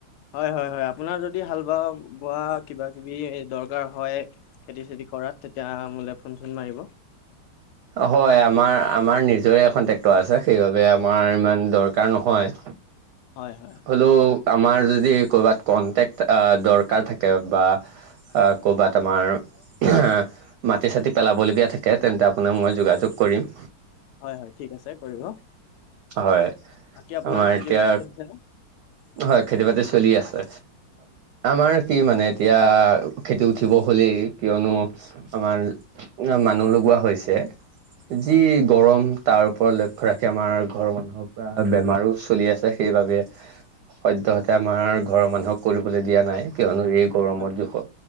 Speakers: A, on the left; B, on the right.
A: হয় হয় হয় আপোনাৰ যদি হাল বোৱা বোৱা কিবা কিবি দৰকাৰ হয় খেতি চেতি কৰাত তেতিয়া মোলে ফোন চোন মাৰিব।
B: হয় আমাৰ আমাৰ নিজৰে এখন ট্ৰেক্টৰ আছে সেইবাবে আমাৰ ইমান দৰকাৰ নহয়।
A: হয় হয়।
B: হ'লেও আমাৰ যদি ক'ৰবাত কন্টেক্ট দৰকাৰ থাকে বা। আহ কৰ'বাত আমাৰ মাটি চাটি পেলাবলগীয়া থাকে তেন্তে আপোনাৰ মই যোগা যোগ কৰিম।
A: হয় হয় ঠিক আছে কৰিব
B: হয়
A: বাকী আপোনাৰ
B: আমাৰ
A: খেতি
B: এতিয়া
A: বাতি চলিছে ন। উ
B: হয় খেতি বাতি চলি আছে আমাৰ কি মানে এতিয়া খেতি উঠিব হ'লেই। কিয়নো আমাৰ মানুহ লগোৱা হৈছে
A: হয়,
B: যি গৰম। তাৰ ওপৰত লক্ষ্য ৰাখি আমাৰ ঘৰৰ মানুহৰ পৰা বেমাৰো চলি আছে সেইবাবে। সদ্য়হতে আমাৰ ঘৰৰ মানুহক কৰিবলৈ দিয়া নাই। কিয়নো এই গৰমত
A: হয়, হয়,
B: জোখ